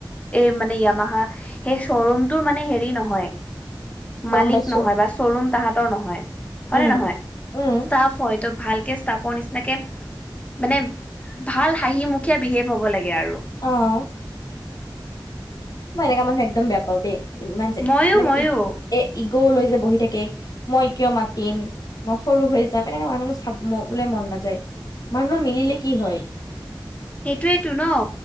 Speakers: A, on the left (about 15°); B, on the left (about 50°).
A: এই মানে য়ামাহা সেই শ্বৰুমটোৰ মানে হেৰি নহয়।
B: গম
A: মালিক
B: পাইছো
A: নহয় বা শ্বৰুম তাহাত নহয়। হয়
B: উম
A: নে নহয়?
B: উম
A: ষ্টাফ হয়তো ভালকে ষ্টাফৰ নিচিনাকে মানে ভাল হাঁহি মুখীয়া বিহেভ হব লাগে আৰু।
B: অহ। মই এনেকা মানুহ একদম বেয়া পাও দেই ইমান যে
A: ময়ো
B: মানে
A: ময়ো
B: ই এ ইগ লৈ যে বহি থাকে মই কিয় মাতিম, মই সৰু হৈ যাম এনেকা মানুহ মোৰ চাব বোলে মন নাযায়। মানুহ মিলিলে কি হয়?
A: সেইটোয়েটো ন